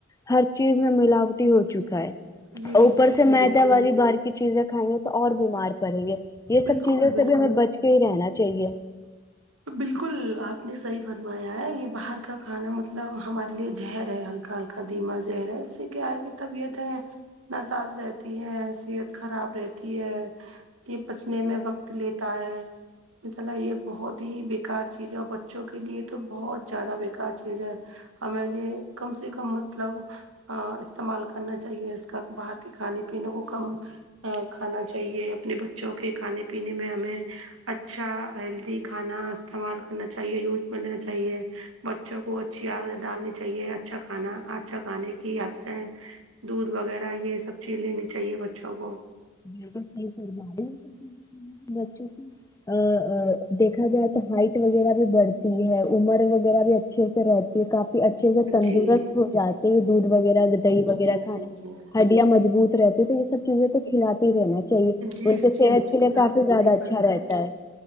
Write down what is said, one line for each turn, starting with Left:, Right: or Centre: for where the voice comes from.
Left: ہر چیز میں ملاوٹی ہو چکا ہے
Right: جی
Left: اور اوپر
Right: بالکل
Left: سے میدا
Right: بالکل
Left: والی بار کی چیزیں کھائیں گے تو اور بیمار پڑیں گے یہ سب
Right: بالکل
Left: چیزوں
Right: بالکل
Left: سے بھی ہمیں بچ کے ہی رہنا چاہیے
Right: بالکل آپ نے صحیح فرمایا ہے یہ باہر کا کھانا مطلب ہمارے لیے جہر ہے ہلکا ہلکا ادیمہ زہرا ہے اس سے کیا ہے کہ طبیعت ہے نا ساز رہتی ہے صحت خراب رہتی ہے یہ بچنے میں وقت لیتا ہے اللا یہ بہت ہی بیکار چیز ہے اور بچوں کے لیے تو بہت زیادہ بکار چیز ہے ہمیں یہ کم سے کم مطلب استعمال کرنا چاہیے اس کا باہر کے کھانے پینے کو کم کھانا چاہیے اپنے بچوں کے کھانے پینے میں ہمیں اچھا ہیلدی کھانا استعمال کرنا چاہیے یوز میں لینا چاہیے بچوں کو چ ڈالنی چاہیے اچھا کھانا اچھا کھانے کی عدیں دودھ وغیرہ یہ سب چیز لینی چاہیے بچوں کو
Left: بالکل صحیح فرما رہی ہے با بچوں کی ا دیکھا جائے تو ہائٹ وغیرہ بھی بڑھتی ہے عمر وغیرہ بھی اچ اچھے سے رہتی ہے کافی اچھ اچ سے تندرست
Right: جی
Left: ہو جاتے دودھ وغیرہ دہی
Right: جی
Left: وغیرہ کھانے
Right: جی جی
Left: مجبوط رہتی تو یہ سب چیزیں تو کھلاتی رہنا چاہیے
Right: جی
Left: ان کے صحت
Right: جی بالکل
Left: کے لیے کافی
Right: آپ نے
Left: زیادہ
Right: صحیح
Left: اچھا
Right: فرمایا
Left: رہتا ہے